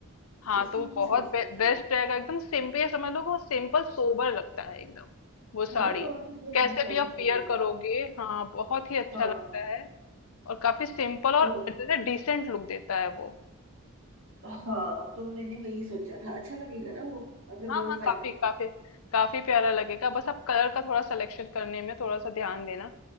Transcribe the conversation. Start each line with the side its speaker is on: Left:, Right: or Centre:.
Left: हाँ
Right: उसी
Left: तो वो
Right: की
Left: बहुत
Right: सोच
Left: बे,
Right: रही थी
Left: बेस्ट रहेगा एकदम सिंपल समझ लो कि वो सिंपल सोबर लगता है एकदम वो साड़ी
Right: है ना और कितना
Left: कैसे
Right: डिसेंट
Left: भी आप
Right: लगेगा
Left: वेयर करोगे हाँ बहुत ही अच्छा
Right: हाँ
Left: लगता है और काफी सिंपल और
Right: तो
Left: जैसे डिसेंट लुक देता है वो
Right: हाँ तो मैंने वही सोचा था अच्छा लगेगा ना वो अगर मैं
Left: हाँ
Right: वो
Left: हाँ
Right: फाइनल
Left: काफी
Right: कर
Left: काफी
Right: दूँ
Left: काफी प्यारा लगेगा बस आप कलर का थोड़ा सिलेक्शन करने में थोड़ा सा ध्यान देना